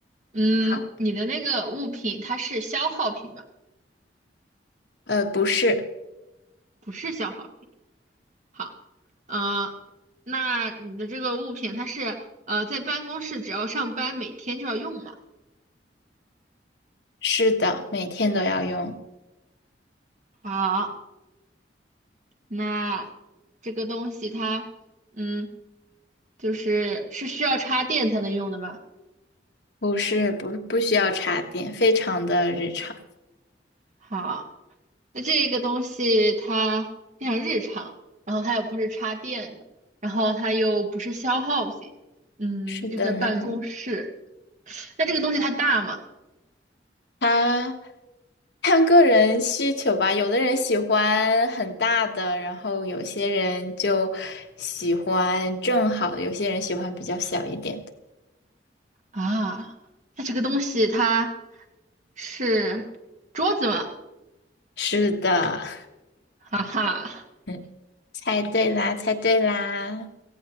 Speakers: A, on the right (about 45°); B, on the left (about 65°).
A: 嗯，
B: 好，
A: 你的那个物品它是消耗品吧？
B: 呃，不是，
A: 不是消耗品。好，啊，那你的这个物品它是呃在办公室只要上班每天就要用嘛？
B: 是的，每天都要用，
A: 好，那这个东西它，嗯，就是是需要插电才能用的吗？
B: 不是，不，不需要插电，非常的日常。
A: 好。那这个东西它非常日常，然后它又不是插电的，然后它又不是消耗品，嗯，
B: 是的呢，
A: 又在办公室。那这个东西它大吗？
B: 他看个人需求吧，有的人喜欢很大的，然后有些人就喜欢正好，有些人喜欢比较小一点的。
A: 啊，那这个东西它是桌子吗？
B: 是的，
A: <laughs> 哈哈，
B: <laughs> 猜对啦，猜对啦。